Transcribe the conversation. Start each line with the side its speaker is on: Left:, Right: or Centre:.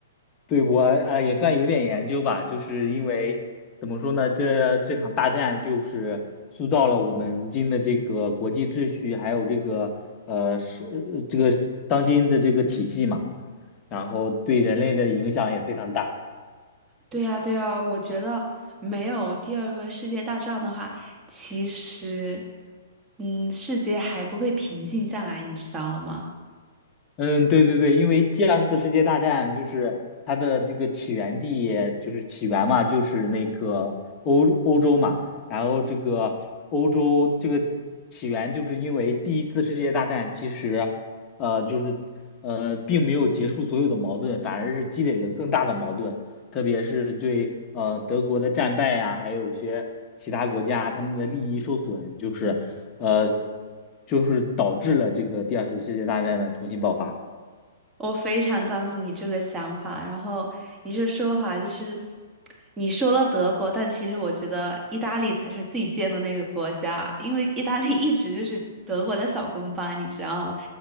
Left: 对我呃也算有点研究吧，就是因为怎么说呢，这这场大战就是塑造了我们如今的这个国际秩序，还有这个呃是呃这个当今的这个体系嘛，然后对人类的影响也非常大。
Right: 对呀，对呀，我觉得没有第二个世界大战的话，其实，嗯，世界还不会平静下来，你知道吗？
Left: 嗯，对对对，因为第二次世界大战就是它的这个起源地，就是起源嘛，就是那个欧欧洲嘛。然后这个欧洲这个起源，就是因为第一次世界大战其实，呃，就是呃，并没有结束所有的矛盾，反而是积累了更大的矛盾。特别是对呃德国的战败呀、还有一些其他国家他们的利益受损，就是呃就是导致了这个第二次世界大战的重新爆发。
Right: 我非常赞同你这个想法。然后你这说法就是，你说了德国，但其实我觉得意大利才是最贱的那个国家，因为意大利一直就是德国的小跟班，你知道吗？